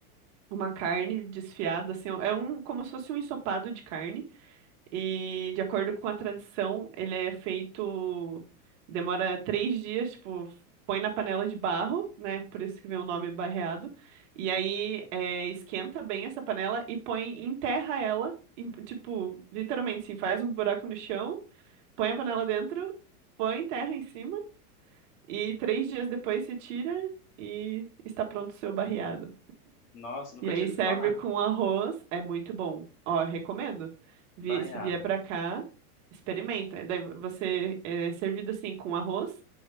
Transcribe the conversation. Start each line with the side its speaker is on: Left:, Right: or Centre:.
Right: uma carne desfiada, assim, é um como se fosse um ensopado de carne. E de acordo com a tradição, ele é feito, demora três dias, tipo, põe na panela de barro, né? Por isso que vem o nome barreado. E aí é, esquenta bem essa panela e põe, enterra ela, em- tipo, literalmente, assim, faz um buraco no chão, põe a panela dentro, põe terra em cima e três dias depois se tira e está pronto o seu barreado.
Left: Nossa, nunca
Right: E aí
Left: tinha ouvido
Right: serve
Left: falar.
Right: com arroz, é muito bom. Ó, recomendo. Vi-
Left: Baiado.
Right: Se vier pra cá, experimenta. Daí você é servido assim com arroz.